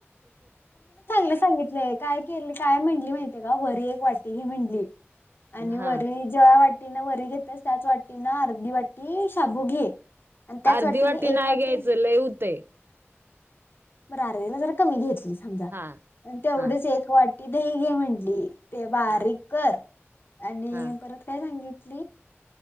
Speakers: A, on the left; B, on the right.
A: ते सांगितलय, काय केलं? काय म्हणली माहितीय आहे का? वरी एक वाटी घे म्हटली आणि वरी
B: हा
A: ज्या वाटीनं वरी घेतेस, त्याच वाटीनं अर्धी वाटी शाबू घे. आणि त्याच
B: अर्धी
A: वाटीने
B: नाही
A: एक वाटी?
B: घ्यायचं लय होतय.
A: बरं जरा अर्ध्याला कमी घेतली समजा,
B: हा
A: तेवढीच
B: हा
A: एक वाटी दही घे म्हटली. ते बारीक
B: हा
A: कर आणि
B: हा
A: परत काय सांगितली?